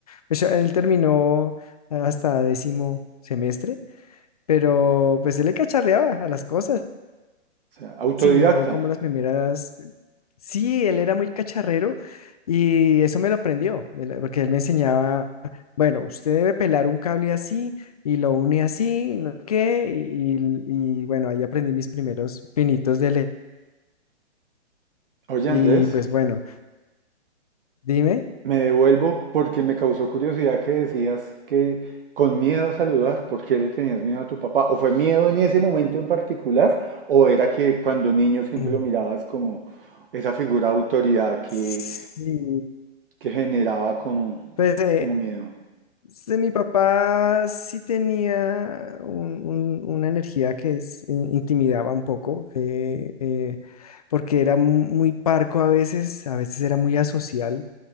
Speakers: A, on the left; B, on the right.
A: pues ya él terminó hasta décimo semestre, pero pues él le cacharreaba a las cosas
B: O sea, autodidacta.
A: enseñó como las primeras. Sí, él era muy cacharrero y eso me lo aprendió, me lo- porque él me enseñaba, bueno, usted debe pelar un cable así y lo une así, no sé qué, y, y- y bueno, ahí aprendí mis primeros pinitos de le-
B: Oye, Andrés,
A: Y pues bueno, dime.
B: me devuelvo porque me causó curiosidad que decías que con miedo a saludar, ¿por qué le tenías miedo a tu papá? ¿O fue miedo en ese momento en particular? ¿O era que cuando niño siempre
A: <clears throat> Mm.
B: lo mirabas como esa figura de autoridad que,
A: Sí,
B: que generaba como,
A: pues eh,
B: como miedo?
A: Sí, mi papá sí tenía un- un- una energía que es- in- intimidaba un poco, eh, eh, porque era mu- muy parco a veces, a veces era muy asocial.